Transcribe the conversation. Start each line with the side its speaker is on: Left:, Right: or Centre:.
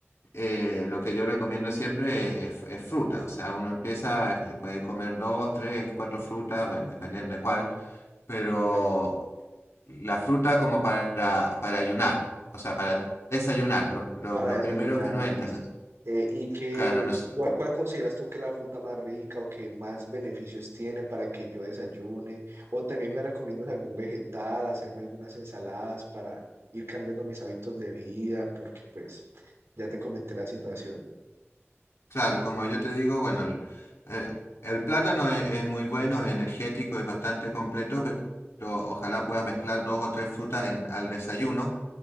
Left: eh, lo que yo recomiendo siempre es, es fruta. O sea, uno empieza que se puede comer dos, tres, cuatro frutas, bueno, dependiendo de cuál, pero
Right: Vale.
Left: la fruta como para, para ayunar, o sea, para desayunar, lo, lo-
Right: Para
Left: lo
Right: desayunar,
Left: primero que uno
Right: listo.
Left: entra. ¿no?
Right: Eh, ¿y qué,
Left: Claro, no sé,
Right: cuál,
Left: cu-
Right: cuál consideras tú que es la fruta más rica o que más beneficios tiene para que yo desayune? O también me recomiendas algún vegetal, hacerme algunas ensaladas para ir cambiando mis hábitos de vida, porque pues ya te comenté la situación.
Left: claro, como yo te digo, bueno, el, eh, el plátano es, es muy bueno, es energético, es bastante completo, pero, pero ojalá puedas mezclar dos o tres frutas en, al desayuno